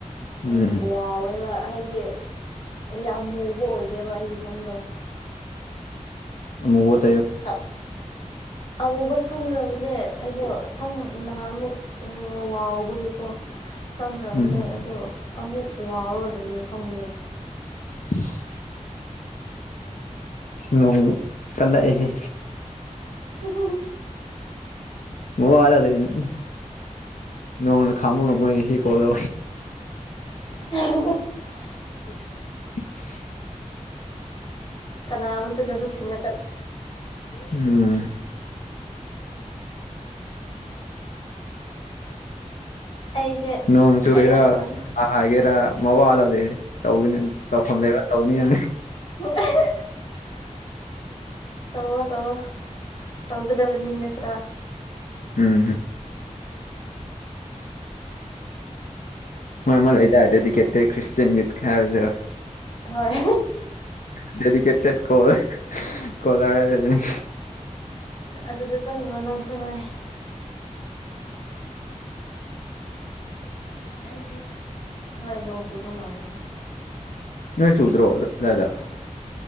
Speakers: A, on the left; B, on the left.
A: ꯎꯝ
B: ꯎ ꯕꯎꯋꯦꯕ ꯍꯥꯏꯗꯤꯦ ꯌꯥꯝ ꯃꯨꯕ ꯑꯣꯏꯗꯦꯕ ꯑꯩꯒꯤ ꯁꯝꯗꯣ
A: ꯃꯨꯠ
B: ꯑ ꯑꯃꯨꯕ ꯁꯪꯈ꯭ꯔꯕꯅꯦ ꯑꯩꯗꯣ ꯁꯝ ꯅꯍꯥꯟꯃꯨꯛ ꯋꯥꯎꯕꯒꯤꯀꯣ ꯆꯪꯈ꯭ꯔꯕꯅꯦ
A: ꯎꯝ
B: ꯑꯗꯣ ꯑꯃꯨꯛ ꯋꯥꯎꯔꯔꯣꯏꯒꯦ ꯈꯪꯗꯦ
A: <inaudible> ꯅꯣꯡ ꯀꯜꯂꯛꯑꯦꯍꯦ
B: ꯍ
A: ꯋꯥꯂꯗꯅꯤ ꯅꯣꯡꯅ ꯈꯥꯝꯃ ꯉꯝꯃꯣꯏ ꯁꯤ ꯀꯧꯗ
B: <inaudible>
A: <inaudible>
B: ꯀꯅꯥꯃ ꯇꯗꯁꯨꯠꯊꯅ
A: ꯎꯝ
B: ꯑꯩꯁꯦ
A: ꯎꯝ ꯂꯣꯡꯁꯨꯒꯦꯔ
B: ꯀꯩꯅꯣ ꯇꯧꯔꯅꯤ
A: ꯍꯥꯒꯦꯔ ꯃꯑꯣ ꯑꯂꯗ ꯇꯧꯅ ꯇꯧꯐꯝ ꯂꯩꯕ ꯇꯧꯅꯤꯅ
B: ꯍ ꯇꯧꯋꯥꯣ ꯇꯧꯣ ꯇꯧꯒꯗꯦꯕꯅꯤꯅꯠꯇ
A: ꯎꯝꯝ ꯍꯣꯏ ꯂꯩꯗꯍꯗꯤꯗꯤ ꯀꯇꯩ ꯈ꯭ꯔꯤꯁ ꯌꯠ ꯈꯥꯏꯔꯖꯣ
B: ꯍꯣꯏ
A: ꯑꯗꯨꯗꯤ ꯀꯇꯦ ꯀꯣꯦ ꯀꯣꯂꯔ ꯑꯗꯨꯅꯤ
B: ꯑꯗꯨꯗ ꯆꯪꯈ꯭ꯔꯣ ꯅꯪꯁꯨ ꯅꯨꯡꯥꯏ
A: ꯍꯥꯏꯗꯤ
B: ꯍꯣꯏ ꯅꯧ ꯁꯨꯕ ꯃꯥꯔ
A: ꯅꯣꯏ ꯆ ꯎꯗ꯭ꯔꯣ ꯑꯗ